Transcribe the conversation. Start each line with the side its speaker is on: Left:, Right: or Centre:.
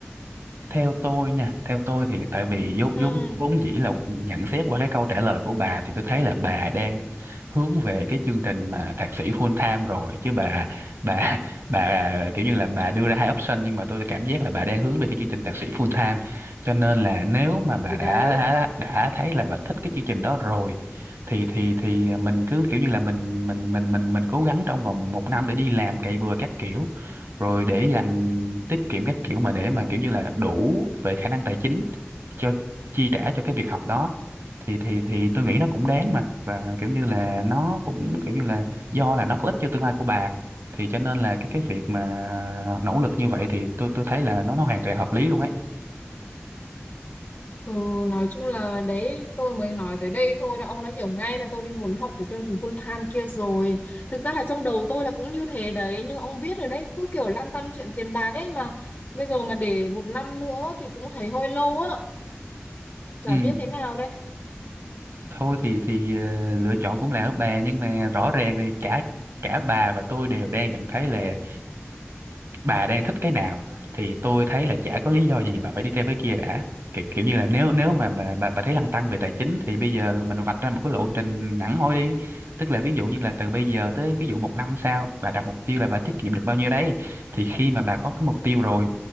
Right: theo tôi nha theo tôi thì tại vì vốn
Left: ừ
Right: vốn vốn dĩ là nhận xét qua cái câu trả lời của bà thì tôi thấy là bà đang hướng về cái chương trình mà thạc sĩ full time rồi chứ bà bà <laughs> bà kiểu như là bà đưa ra hai option nhưng mà tôi cảm giác là bà đang hướng về cái chương trình thạc sĩ full time cho nên là nếu mà
Left: ừ,
Right: bà đã
Left: đấy
Right: đã, đã thấy là bà thích cái chương trình đó rồi thì thì thì mình cứ kiểu như là mình mình mình mình mình cố gắng trong vòng một năm để đi làm cày bừa các kiểu rồi để dành tiết kiệm các kiểu mà để mà kiểu như là đủ về khả năng tài chính cho chi trả cho cái việc học đó thì thì thì tôi nghĩ nó cũng đáng mà và kiểu như là nó cũng kiểu như là do là nó có ích cho tương lai của bà thì cho nên là cái cái việc mà nỗ lực như vậy thì tôi tôi thấy là nó nó hoàn toàn hợp lý luôn ấy
Left: Ừ, nói chung là đấy tôi mới nói tới đây thôi đã ông đã hiểu ngay là tôi đi muốn học cái chương trình full time kia rồi thực ra là trong đầu tôi là cũng như thế đấy như ông biết rồi đấy cứ kiểu lăn tăn chuyện tiền bạc ấy mà bây giờ mà để một năm nữa thì cũng thấy hơi lâu á chả
Right: ừ
Left: biết thế nào đây
Right: thôi thì thì ờ, lựa chọn cũng là ở bà nhưng mà rõ ràng thì cả cả bà và tôi đều đang nhận thấy là bà đang thích cái nào thì tôi thấy là chả có lý do gì bà phải đi theo cái kia đã kiểu, kiểu như là nếu nếu mà bà, bà bà thấy lăn tăn về tài chính thì bây giờ mình vạch ra một cái lộ trình hẳn hoi đi tức là ví dụ như là từ bây giờ tới ví dụ một năm sau bà đặt mục tiêu là bà tiết kiệm được bao nhiêu đấy thì khi mà bà có cái mục tiêu rồi